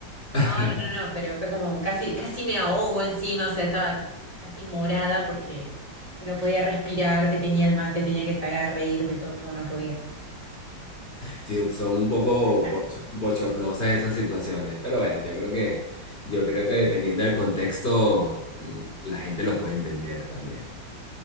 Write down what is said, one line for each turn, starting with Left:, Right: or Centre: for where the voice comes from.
Right: No,
Left: <laughs>
Right: no, no, no, pero fue como casi, casi me ahogo encima, o sea, estaba casi morada porque no podía respirar, te tenía el mate, tenía que tragar, reírme, todo, no podía.
Left: sí, son un poco
Right: <laughs>
Left: bocho- bochornosas esas situaciones, pero bueno, yo creo que, yo creo que dependiendo del contexto, mm, la gente lo puede entender también.